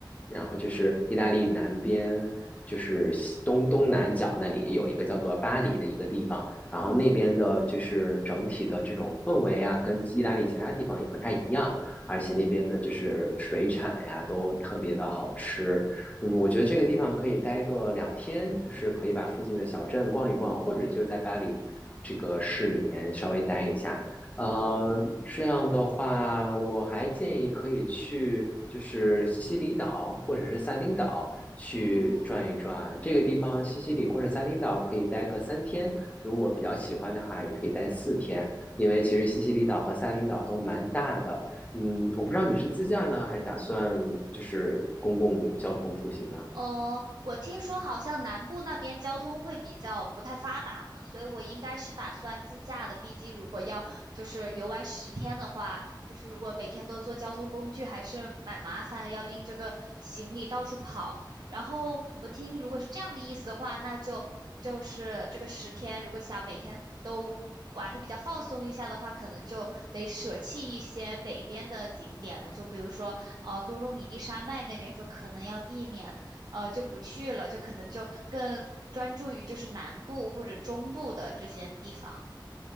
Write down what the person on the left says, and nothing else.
然后就是意大利南边，就是西东东南角那里有一个叫做巴黎的一个地方，然后那边的就是整体的这种氛围啊，
跟意大利其他地方也不太一样，而且那边的就是水产呀都特别的好吃。嗯，我觉得这个地方可以待个两天，就是可以把附近的小镇逛一逛，
或者就在巴黎这个市里面稍微待一下。呃，这样的话，我还建议可以去就是西西里岛或者是撒丁岛去转一转。
这个地方，西西里或者撒丁岛可以待个三天，如果比较喜欢的话，也可以待四天。因为其实西西里岛和撒丁岛都蛮大的。嗯，我不知道你是自驾呢，还是打算就是公共交通出行呢？